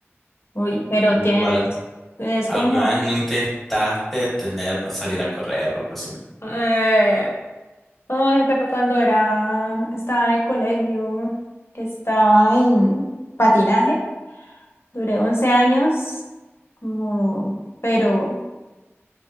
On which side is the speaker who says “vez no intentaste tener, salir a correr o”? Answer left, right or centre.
Centre